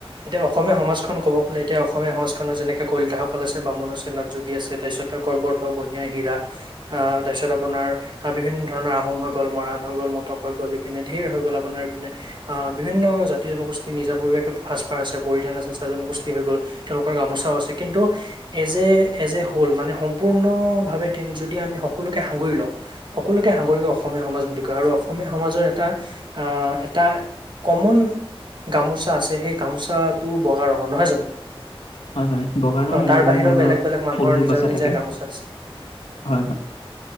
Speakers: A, on the right; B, on the left.
A: এতিয়া অসমীয়া সমাজখন কব গ'লে এতিয়া অসমীয়া সমাজখননৰ যেনেকে কলিতাসকল আছে বামুণ আছে নথ যোগী আছে তাৰপিছত কবৰ্ত বনিয়া হীৰা আহ তাৰপিছত আপোনাৰ বিভিন্ন ধৰণৰ আহোম হৈ গ'ল মৰাণ হৈ গ'ল মটক হৈ গ'ল ইপিনে ধেৰ হৈ গ'ল আপোনাৰ ইপিনে আহ বিভিন্ন জাতি জনগোষ্ঠীৰ নিজাবৱাসে সাজপাৰ আছে পৰিধান আছে চাহ জনগোষ্ঠী হৈ গ'ল তেওঁলোকৰ গামোচাও আছে কিন্তু as a as a whole মানে সম্পূৰ্ণ ভাৱে যদি আমি সকলোকে সাঙুৰি লওঁ সকলোকে সাঙৰিক অসমীয়া সমাজ বুলি কয় আৰু অসমীয়া সমাজৰ এটা আহ এটা কমন গামোচা আছে সেই গামোচাটো বগা ৰঙৰ নহয় জানো
B: হয় হয় বগা ৰং
A: অ
B: আৰু
A: তাৰ
B: ধৰি
A: বাহিৰেও
B: লও
A: বেলেগ বেলেগ মানুহৰ
B: ফুল
A: নিজা
B: বাচা
A: নিজা
B: থাকে
A: গামোচা আছে
B: হয় হয়